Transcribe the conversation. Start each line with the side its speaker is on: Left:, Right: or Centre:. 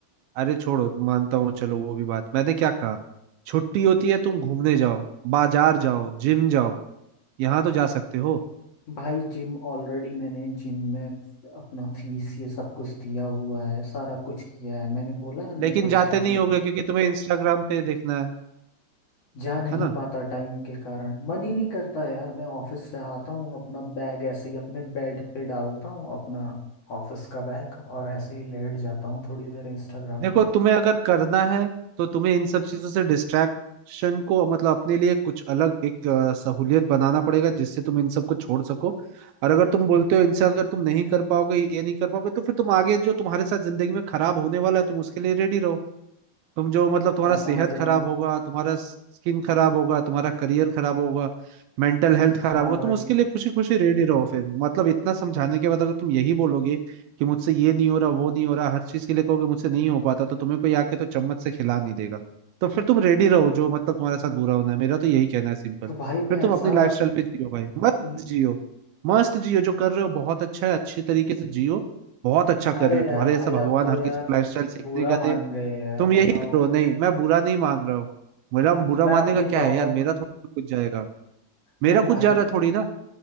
Right: अरे छोड़ो मानता हूँ चलो वो भी बात मैंने क्या कहा छुट्टी होती है तुम घूमने जाओ बाजार जाओ जिम जाओ यहाँ तो जा सकते हो
Left: भाई जिम ऑलरेडी मैंने जिम में अपना फीस ये सब कुछ दिया हुआ है सारा कुछ किया है मैंने बोला ना
Right: लेकिन
Left: मेरे को
Right: जाते
Left: स्टार्टिंग
Right: नहीं होगे क्योंकि तुम्हें इंस्टाग्राम पे देखना है
Left: जा नहीं
Right: है ना
Left: पाता टाइम के कारण मन ही नहीं करता यार मैं ऑफिस से आता हूँ अपना बैग ऐसे ही अपने बेड पे डालता हूँ अपना ऑफिस का बैग और ऐसे ही लेट जाता हूँ थोड़ी देर इंस्टाग्राम
Right: देखो तुम्हें अगर करना है तो तुम्हें इन सब चीजों से डिस्ट्रैक्शन को मतलब अपने लिए कुछ अलग एक अ, सहूलियत बनाना पड़ेगा जिससे तुम इन सबको छोड़ सको और अगर तुम बोलते हो इनसे अगर तुम नहीं कर पाओगे ये नहीं कर पाओगे तो फिर तुम आगे जो तुम्हारे साथ जिंदगी में खराब होने वाला है तुम उसके लिए रेडी रहो तुम जो मतलब तुम्हारा
Left: मैं
Right: सेहत
Left: समझ रहा
Right: खराब
Left: हूँ
Right: होगा तुम्हारा स्किन खराब होगा तुम्हारा करियर खराब होगा मेंटल हेल्थ खराब
Left: हाँ
Right: होगा
Left: भाई
Right: तुम उसके लिए खुशी खुशी रेडी रहो फिर मतलब इतना समझाने के बाद अगर तुम यही बोलोगे कि मुझसे ये नहीं हो रहा वो नहीं हो रहा हर चीज के लिए कहोगे मुझसे नहीं हो पाता तो तुम्हें कोई आके तो चम्मच से खिला नहीं देगा तो फिर तुम रेडी रहो जो मतलब तुम्हारे साथ बुरा होना है मेरा तो यही कहना है सिंपल
Left: तो भाई
Right: फिर
Left: मैं
Right: तुम
Left: ऐसा
Right: अपनी लाइफस्टाइल पे जियो भाई मस्त
Left: म,
Right: जियो मस्त जियो जो कर रहे हो बहुत अच्छा है अच्छे तरीके से जियो बहुत अच्छा कर
Left: अरे
Right: रहे हो
Left: यार
Right: तुम्हारे
Left: भाई
Right: जैसा भगवान
Left: आप तो
Right: हर
Left: यार
Right: किसी को लाइफस्टाइल सीखने
Left: बुरा
Right: का
Left: मान
Right: दे
Left: गए यार
Right: तुम
Left: बताओ
Right: यही करो नहीं मैं बुरा नहीं मान रहा हूँ मेरा बुरा
Left: मैं
Right: मानने
Left: अपनी
Right: का क्या
Left: प्रॉब्लम
Right: है यार मेरा थोड़ी कुछ जाएगा मेरा
Left: नहीं भाई
Right: कुछ जा रहा थोड़ी ना